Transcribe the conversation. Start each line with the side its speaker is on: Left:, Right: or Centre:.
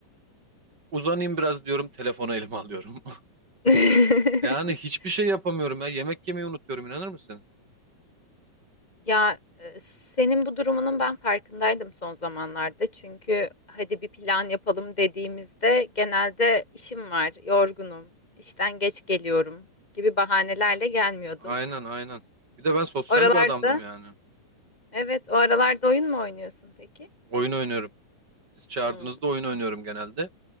Right: Uzanayım biraz diyorum, telefonu elime alıyorum. <laughs>
Left: <laughs>
Right: Yani hiçbir şey yapamıyorum ya. Yemek yemeyi unutuyorum inanır mısın?
Left: Ya e, senin bu durumunun ben farkındaydım son zamanlarda. Çünkü hadi bir plan yapalım dediğimizde genelde işim var, yorgunum, işten geç geliyorum gibi bahanelerle gelmiyordun.
Right: Aynen aynen. Bir de ben sosyal
Left: Oralarda,
Right: bir adamdım yani.
Left: evet, o aralarda oyun mu oynuyorsun peki?
Right: Oyun oynuyorum. Siz çağırdığınızda
Left: Hmm.
Right: oyun oynuyorum genelde.